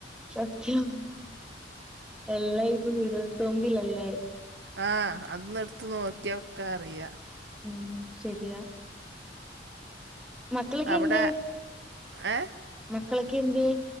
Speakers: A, in the centre; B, on the right.
A: സത്യം എല്ലാം ഇപ്പം വിരൽ തുമ്പിലല്ലേ.
B: ആഹ് അത് ഒന്ന് എടുത്ത് നോക്കിയോക്ക അറിയ.
A: ഉം ശരിയാ. മക്കളൊക്കെ
B: അവിടെ
A: എന്തിയേ
B: ഏ
A: മക്കളൊക്കെ എന്തിയേ?